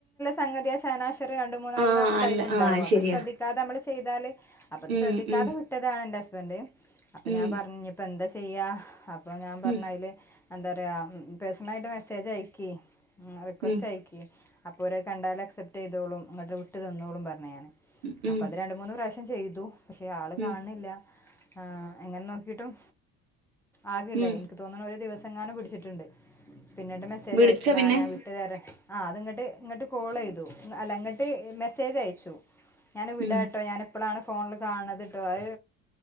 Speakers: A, in the centre; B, on the right.
A: സംഗതിയ ഷാനാ രണ്ട മൂന്നാലും
B: ആ
A: ഒക്ക
B: അല്ല
A: ആയിട്ടുണ്ടാക
B: ആ അത്
A: അപ്പ
B: ശരിയാ
A: ശ്രധിക്കണം നമ്മള് ചെയ്താല് അപ്പൊ അത്
B: ഉം
A: ശ്രദ്ധിക്കാതെ
B: ഉം
A: കുറ്റതാണ് എന്റെ ഹസ്ബൻ്യും അപ്പൊ
B: ഉം
A: ഞാൻ പറഞ്ഞ ഇപ്പൊ എന്താ ചെയ്യ അപ്പൊ ഞാൻ പറഞ്ഞ
B: ഉം
A: അതില് എന്താ പറയാ പേഴസണൽ ആയിട്ട് മെസ്സേജ് അയക്കി മ് റിക്വസ്റ്റ്
B: ഉം
A: അയക്കി അപ്പോഅവരത് കണ്ടാൽ അക്സെപ്റ്റ് ചെയതോളും ഇങ്ങട്ട് വിട്ട് തന്നോളും പറഞ്ഞു ഞാന്
B: ഉം ഉം
A: അപ്പൊത് രണ്ട് മൂന്ന് പ്രാവശ്യം ചെയ്തു പക്ഷെ ആള്
B: ഉം
A: കാണണില്ല ആ എങ്ങനെ നോക്കിട്ടും ആകില്ലേ
B: ഉം.
A: എനിക്ക് തോന്നണെ ഒരു ദിവസം ചെങ്ങാനും പിടിച്ചിട്ടുണ്ട് പിന്നീട് മെസ്സേജ്
B: വിളിച്ചോ
A: അയക്ക്ണാ
B: പിന്നെ
A: ഞാൻ വിട്ടുതരാം ആ അത് ഇങ്ങട്ട് ഇങ്ങട്ട് കോൾ ചെയ്തു അല്ല ഇങ്ങട്ട് മെസ്സേജ് അയച്ചു ഞാൻ വിടാ
B: ഉം
A: ട്ടോ ഞാൻ ഇപ്പളാണ് ഫോണില് കാണണത് ട്ടോ അത്